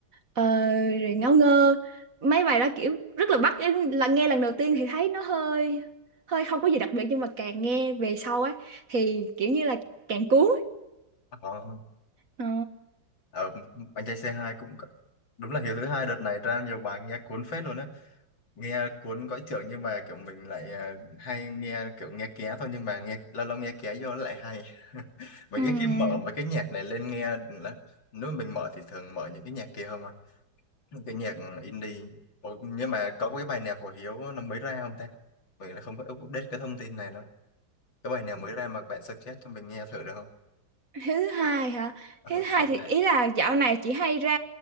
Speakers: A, on the right; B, on the left.
A: ờ, rồi Ngáo Ngơ mấy bài đó kiểu rất là bắt là nghe lần đầu tiên thì thấy nó hơi hơi không có gì đặc biệt nhưng mà càng nghe về sau ấy thì kiểu như là càng cuốn
B: ờ,
A: Ờ.
B: ờ, anh trai c hai cũng có- đúng là hiếu thứ hai đợt này ra nhiều bài nghe cuốn phết luôn á. nghe cuốn cõi trưởng nhưng mà kiểu mình lại ờ, hay nghe kiểu nghe ké thôi nhưng mà nghe lâu lâu nghe ké vô nó lại hay <laughs> mình
A: Ừm.
B: ít khi mở mấy cái nhạc này lên nghe lắm nếu mà mình mở thì thường mở những cái nhạc kia không à những cái nhạc indie Ủa, nhưng mà có cái bài nào của Hiếu nó mới ra không ta mình là không có update cái thông tin này đâu cái bài nào mới ra mà bạn suggest cho mình nghe thử được không
A: thứ hai hả
B: ừ,
A: thứ hai
B: hợp
A: thì
B: lệ
A: ý là dạo này chị hay ra